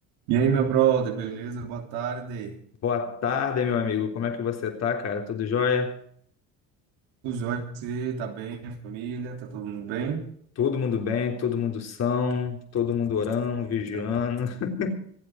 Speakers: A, on the right; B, on the left.
A: E aí, meu brother, beleza? Boa tarde.
B: Boa tarde, meu amigo. Como é que você tá, cara? Tudo jóia?
A: Tudo jóia você? Tá bem? A família? Tá todo mundo bem?
B: Todo mundo bem, todo mundo são, todo mundo orando, vigiando.
A: Gra-
B: <laughs>